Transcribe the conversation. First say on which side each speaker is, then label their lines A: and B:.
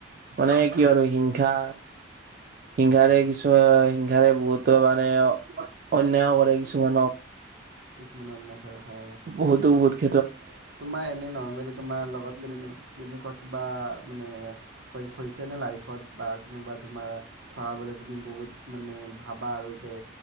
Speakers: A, on the right (about 45°); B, on the right (about 65°).
A: মানে কি আৰু হিংসা, হিংসাৰে কিছু হিংসাৰে বহুতো মানে অন্যায় কৰে কিছুমানক।
B: কিছুমানে অন্যায় কৰে হয়।
A: বহুতো বহুত খ
B: তোমাৰ এনেই নৰ্মেলি তোমাৰ লগত কিন্তু কি কেনেকুৱা কিবা মানে হৈছেনে লাইফত? বা কোনোবা তোমাৰ ধৰাবলৈ তুমি বহুত মানে ভাবা আৰু যে